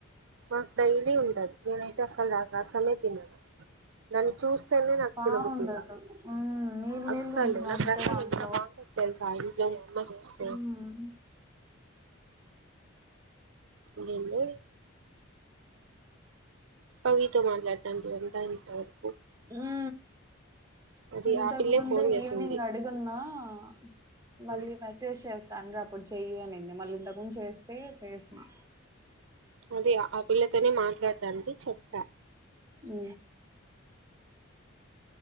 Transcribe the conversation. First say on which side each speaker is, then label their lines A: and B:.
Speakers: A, on the right; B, on the right.
A: మాకు డైలీ ఉంటది నేనైతే అసలు ఆ రసమే తినను దాన్ని చూస్తేనే నాకు
B: బాగుండదు
A: తినబూధి కాదు
B: ఉమ్ నీళ్ళు నీళ్ళు
A: అస్సలు
B: ఉంటుంది
A: నాకు
B: అంతే
A: రసం
B: దాంట్లో
A: ఎంత బాగుంటదొ తెలుసా ఇంట్లోనే అమ్మ చేస్తే
B: ఉమ్
A: ఎందోలె పవితో మాట్లాడతాంటివి అంట ఇంత వరకు
B: ఉ
A: అది
B: ఇంతకు
A: ఆ పిల్లే
B: ముందే
A: ఫోన్ చేసింది
B: ఈవనింగ్ అడుగున్నా ఆ మళ్ళీ
A: ఉమ్,
B: మెసేజ్ చేస్త తండ్రి అప్పుడు చెయ్య అనింది మళ్ళీ ఇంతకు చేస్తే చేసిన్నా
A: అదే ఆ పిల్లతోనే మాట్లాడతంటి చెప్పా
B: ఉ